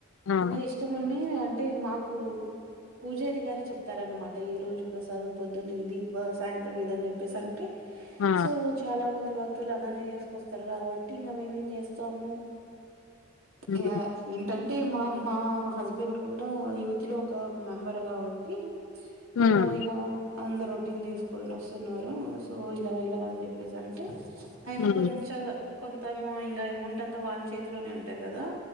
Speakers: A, on the left; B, on the right.
A: అవును
B: ఇంకా ఇష్టం ఉన్నాయి అంటే మాకు పూజారి గారు చెప్తారనమాట ఈరోజు ప్రసాదం పొద్దున్న ఇది సాయంత్రం ఇదని చెప్పేసి అంటే
A: ఆ
B: సో చాలామంది భక్ త్తులు అలానే చేసుకొస్తారు కాబట్టి ఇంకా మేమేం చేస్తాము
A: హ్మ్
B: ఇగ ఏంటంటే మా మా హస్బెండ్ కూడా యూత్‌లో ఒక మెంబర్ కాబట్టి
A: హ్మ్
B: ఇంగా ఇలా అందరు రొటీన్ చేసుకొని వస్తున్నారు సో ఇలా ఇలా అని చెప్పేసి అంటే ఆయన
A: హ్మ్
B: కొంచె కొంతము ఇంకా అమౌంట్ అంతా వాళ్ళ చేతిలోనే ఉంటాయి కదా